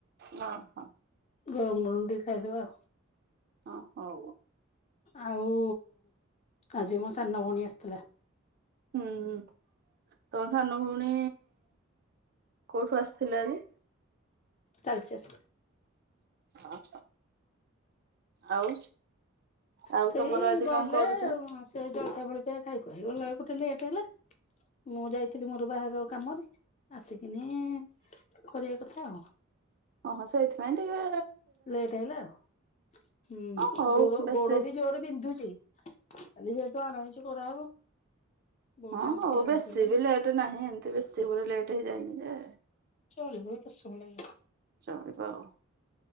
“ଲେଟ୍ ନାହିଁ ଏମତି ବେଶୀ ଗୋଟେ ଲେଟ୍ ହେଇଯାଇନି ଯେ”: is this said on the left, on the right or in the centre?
Right